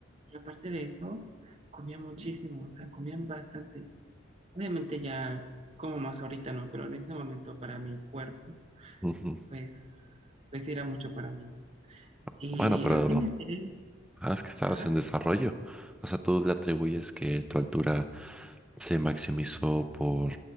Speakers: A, on the right; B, in the centre.
A: y aparte de eso, comía muchísimo, o sea, comía bastante. Obviamente ya como más ahorita no, pero en ese momento para mi cuerpo,
B: ujú.
A: pues, pues era mucho para mí. ¿no? Y
B: Bueno, pero
A: así me estiré.
B: Ah, es que estabas
A: Ajá.
B: en desarrollo. O sea, tú le atribuyes que tu altura se maximizó por